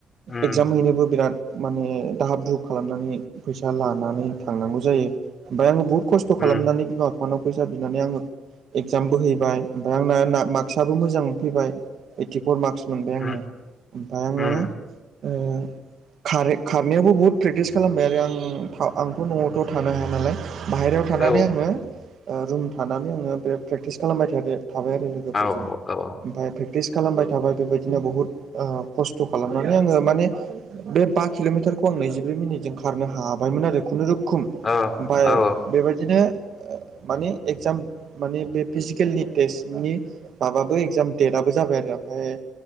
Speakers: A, on the left; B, on the right.
A: उम
B: एगजाम हैनोबो बिराद माने दाहाब दुहुब खालामनानै फैसा लानानै थांनांगौ जायो बा बुद खस्थ
A: उम
B: खालामनानै बिबा एकाउनआव फैसा बिनानै आङो एगजाम बोहैबाय ओमफफ्राय आंना मार्कसाबो मोजां फैबाय ओइटिफर मार्कस मोनबाय आङो
A: उम
B: ओमफाय आङो
A: उम
B: ओ। खार खारनायावबो बहुद प्रेक्टिस खालामबाय आरो आं आंथ' न'आवथ' थानो हाया नालाय। बाहेरायाव थानानै
A: औ
B: आङो रुम थानानै आङो बिराद प्रेक्टिस खालामबाय थायाखै थाबाय आरो लोगोफोरजों
A: औ औ
B: ओमफाय प्रिस खालामबाय थाबाय बेबायदिनो बुहुत खस्थ' खालामनानै आङो माने बे बा किल'मिटार बेखौ आं नैजिब्रै मिनिटजों खारनो हाबायमोन आरो खुनुरुखुम
A: औ
B: ओमफ्राय
A: औ
B: बेबायदिनो माने एक्जाम माने बे फिजिकेलनि टेस्टनि माबाबो एक्जाम देट दाबो जाबाय आरो ओमफ्राय